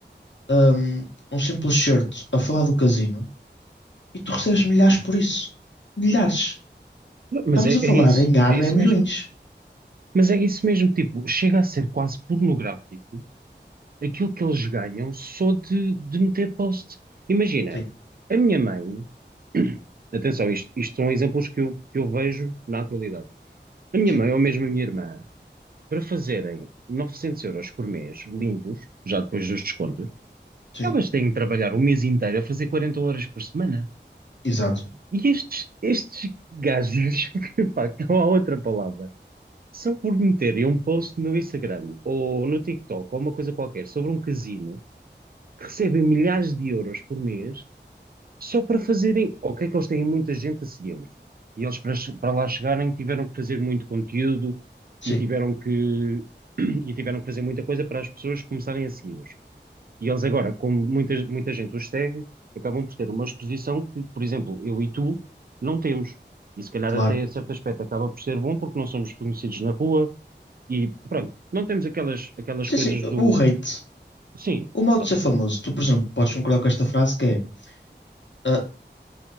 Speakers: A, on the left; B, on the right.
A: um, um simples certo a falar do casino e tu recebes milhares por isso. Milhares.
B: Mas
A: Estamos
B: é,
A: a falar
B: é isso,
A: em ano
B: é isso
A: é milhões.
B: mesmo. Mas é isso mesmo, tipo, chega a ser quase pornográfico aquilo que eles ganham só de, de meter post. Imagina,
A: Sim,
B: a minha mãe, atenção, isto, isto são exemplos que eu, que eu vejo na atualidade. A minha
A: sim,
B: mãe ou mesmo a minha irmã, para fazerem 900 euros por mês, limpos, já depois dos descontos,
A: sim.
B: elas têm de trabalhar o mês inteiro a fazer 40 horas por semana.
A: Exato.
B: E estes, estes gajos, <laughs> pá, não há outra palavra Se eu por meterem um post no Instagram ou no TikTok ou uma coisa qualquer sobre um casino, recebem milhares de euros por mês só para fazerem. Ok, que eles têm muita gente a segui-los. E eles, para, che- para lá chegarem, tiveram que fazer muito conteúdo
A: Sim,
B: e tiveram que, <clears throat> e tiveram que fazer muita coisa para as pessoas começarem a segui-los. E eles agora, como muita, muita gente os segue, acabam por ter uma exposição que, por exemplo, eu e tu não temos. E se calhar
A: claro.
B: até a certo aspecto acaba por ser bom porque não somos reconhecidos na rua e pronto, não temos aquelas, aquelas
A: Sim,
B: coisas
A: sim.
B: do.
A: O hate,
B: Sim,
A: o modo
B: pronto,
A: de ser famoso, tu, por exemplo, podes concordar com esta frase que é ah,